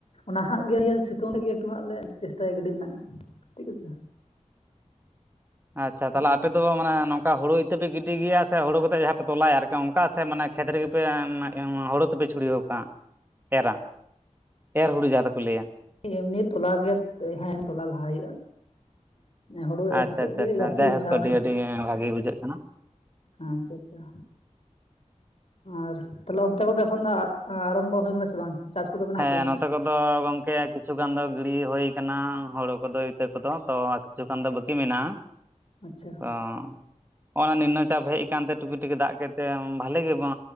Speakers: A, on the left; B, on the right.
A: ᱚᱱᱟ ᱦᱟᱸᱜ ᱜᱮ ᱥᱤᱛᱩᱝ ᱨᱮ ᱜᱮ ᱮᱠᱴᱩ ᱞᱮ ᱪᱮᱥᱴᱟᱭᱟ ᱜᱟᱹᱰᱤ ᱨᱮᱱᱟᱜ ᱴᱷᱤᱠ ᱟᱪᱷᱮ
B: <unintelligible> ᱟᱪᱪᱷᱟ ᱛᱟᱦᱚᱞᱮ
A: ᱦᱩᱸ
B: ᱟᱯᱮᱚ ᱢᱟᱱᱮ ᱱᱚᱝᱠᱟ ᱚᱱᱠᱟ ᱦᱩᱲᱩ ᱤᱛᱟᱹ ᱯᱮ ᱜᱤᱰᱤ ᱜᱮᱭᱟ ᱥᱮ ᱦᱩᱲᱩ ᱠᱚ ᱠᱟᱛᱮ ᱡᱟᱦᱟᱸ ᱯᱮ ᱛᱚᱞᱟᱭᱟ ᱟᱨᱠᱤ ᱚᱱᱠᱟ ᱥᱮ ᱢᱟᱱᱮ ᱠᱷᱮᱛ ᱨᱮᱜᱮ ᱦᱩᱲᱩ ᱛᱮᱯᱮ ᱪᱷᱩᱲᱟᱹᱣᱠᱟᱜ ᱮᱨᱟ ᱮᱨ ᱦᱩᱲᱩ ᱡᱟᱦᱟᱸ ᱫᱚᱠᱚ ᱞᱟᱹᱭᱟ
A: ᱮᱢᱱᱤ ᱛᱚᱞᱮ ᱦᱮᱸ ᱮᱢ ᱛᱚᱞᱟ ᱞᱟᱦᱟ ᱦᱩᱭᱩᱜᱼᱟ᱾ ᱦᱩᱲᱩ ᱮᱨ
B: ᱟᱪᱪᱷᱟ
A: ᱠᱟᱛᱮ
B: ᱟᱪᱪᱷᱟ
A: ᱜᱮ
B: ᱟᱪᱪᱷᱟ
A: ᱜᱟᱹᱪᱷᱤ
B: ᱡᱟᱭᱦᱳᱠ
A: ᱡᱟᱦᱟᱸ
B: ᱟᱹᱰᱤ
A: ᱜ
B: ᱟᱹᱰᱤ ᱵᱷᱟᱜᱮ ᱵᱩᱡᱷᱟᱹᱜ ᱠᱟᱱᱟ
A: ᱟᱪᱪᱷᱟ ᱟᱪᱪᱷᱟ ᱟᱨ ᱛᱟᱦᱞᱮ ᱚᱱᱛᱮ ᱠᱚᱫᱚ ᱮᱠᱷᱚᱱ ᱫᱚ ᱟᱨᱟᱢᱵᱚ ᱦᱳᱭ ᱟᱠᱟᱱᱟ ᱥᱮ ᱵᱟᱝ ᱪᱟᱥ ᱠᱚᱫᱚ ᱢᱮᱱᱟᱜ
B: ᱦᱮᱸ
A: ᱟᱥᱮ ᱵᱟᱝ?
B: ᱱᱚᱛᱮ ᱠᱚᱫᱚ ᱜᱚᱝᱠᱮ ᱠᱤᱪᱷᱩ ᱜᱟᱱ ᱫᱚ ᱜᱤᱲᱤ ᱦᱩᱭ ᱟᱠᱟᱱᱟ᱾ ᱦᱳᱲᱩ ᱠᱚᱫᱚ ᱤᱛᱟᱹ ᱠᱚᱫᱚ ᱛᱚ ᱠᱤᱪᱷᱩ ᱜᱟᱱ ᱫᱚ ᱵᱟᱹᱠᱤ ᱢᱮᱱᱟᱜᱼᱟ
A: ᱟᱪᱪᱷᱟ
B: ᱛᱚ ᱦᱚᱜᱭ ᱱᱤᱱᱚ ᱪᱟᱯ ᱦᱮᱡ ᱟᱠᱟᱱᱛᱮ ᱴᱩᱠᱤ ᱴᱟᱠᱤ ᱫᱟᱜ ᱠᱮᱫᱛᱮ ᱵᱷᱷᱟᱞᱮᱜᱮ